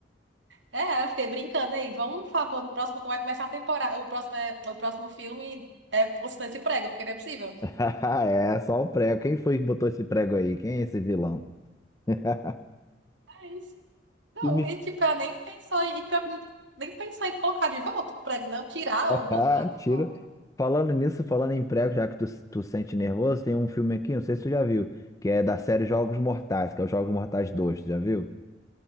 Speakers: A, on the right; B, on the left.
A: é, eu fiquei brincando aí, vamos falar, pô, no próximo, como vai começar a temporada, o próximo, é, o próximo filme é constante esse prego, porque não é possível,
B: <laughs> É, só o prego. Quem foi que botou esse prego aí? Quem é esse vilão? <laughs>
A: mas, não,
B: Tu me...
A: e tipo, ela nem pensou, em- e pior que nem pensar em colocar de volta o prego, não, tirar ou botar
B: Ah,
A: de
B: <laughs> Tira.
A: volta.
B: Falando nisso, falando em prego, já que tu, tu sente nervoso, tem um filme aqui, não sei se tu já viu, que é da série Jogos Mortais, que é os Jogos Mortais 2, tu já viu?